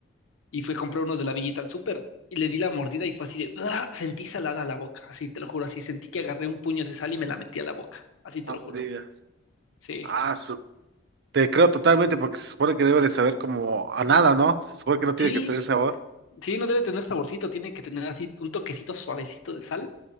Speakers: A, on the left; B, on the right.
A: Y fui a comprar uno de la Villita al súper y le di la mordida y fue así de, ¡ah! sentí salada la boca, así te lo juro, así sentí que agarré un puño de sal y me la metí a la boca, así te
B: Ah,
A: lo juro.
B: no digas.
A: Sí,
B: Ah, su- Te creo totalmente porque se supone que debe de saber como a nada, ¿no? Se supone que no
A: sí,
B: tiene que tener sabor.
A: sí, no debe tener saborcito, tiene que tener así un toquecito suavecito de sal